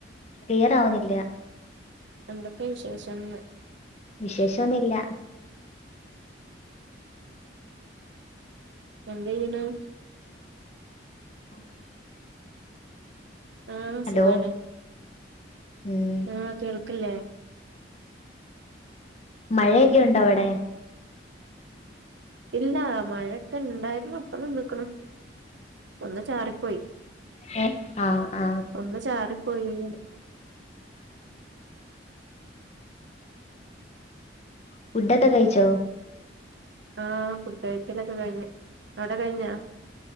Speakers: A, on the left; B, on the right.
A: ക്ലിയർ ആവുന്നില്ല
B: എന്തൊക്കെ വിശേഷം ന്ന്
A: വിശേഷം ഒന്നുല്ല
B: എന്ത് എയ്യ്ണ്
A: <inaudible>
B: ആഹ
A: ഹലോ
B: സുഖാണ്
A: ഉം
B: ആഹ കേൾക്കല്ലേ
A: മഴയൊക്കെ ഉണ്ടോ അവിടെ
B: ഇല്ല മഴയൊക്കെ ഇണ്ടായിരുന്നു ഇപ്പൊ നിന്ന്ക്ണു ഒന്ന് ചാറി പോയി
A: ഏ ആ ആ
B: ഒന്ന് ചാറി പോയീന്ന്
A: ഫുഡ് ഒക്കെ കഴിച്ചോ
B: ആഹ ഫുഡ് കഴിക്കലൊക്കെ കഴിഞ്ഞ് അവിടെ കഴിഞ്ഞാ